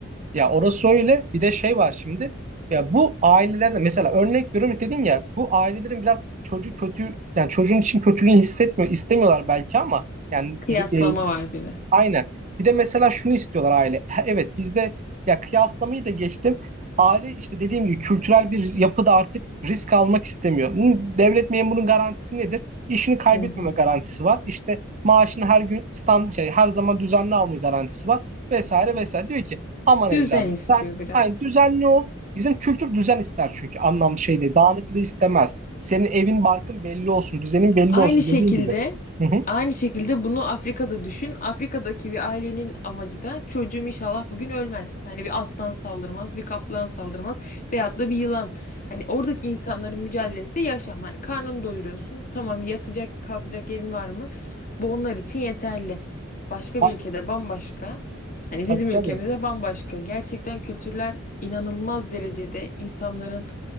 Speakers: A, on the right; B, on the left.
A: Ya orası öyle bir de şey var şimdi ya bu ailelerde mesela örnek veriyorum dedin ya bu ailelerin biraz çocuğu kötü yani çocuğun için kötülüğünü hissetmiyor istemiyorlar belki ama yani
B: Kıyaslama
A: e,
B: var bir de.
A: Aynen. Bir de mesela şunu istiyorlar aile. <laughs> Evet bizde ya kıyaslamayı da geçtim. Aile işte dediğim gibi kültürel bir yapıda artık risk almak istemiyor. Hı, Devlet memurunun garantisi nedir? İşini kaybetmeme
B: Hı hı.
A: garantisi var. İşte maaşını her gün stand şey her zaman düzenli alma garantisi var vesaire vesaire. Diyor ki aman
B: Düzen
A: evladım
B: istiyor
A: sen
B: biraz.
A: aynı düzenli ol. Bizim kültür düzen ister çünkü anlamlı şey değil. Dağınıklığı istemez. Senin evin barkın belli olsun, düzenin belli
B: Aynı
A: olsun
B: şekilde
A: dediği gibi. Hı hı.
B: aynı şekilde bunu Afrika'da düşün. Afrika'daki bir ailenin amacı da çocuğum inşallah bugün ölmez. Hani bir aslan saldırmaz, bir kaplan saldırmaz veyahut da bir yılan. Hani oradaki insanların mücadelesi de yaşam. Hani karnını doyuruyorsun. Tamam yatacak, kalkacak yerin var mı? Bu onlar için yeterli. Başka
A: Ha,
B: bir ülkede bambaşka. Hani
A: tabii
B: bizim
A: tabii.
B: ülkemizde bambaşka. Gerçekten kültürler inanılmaz derecede insanların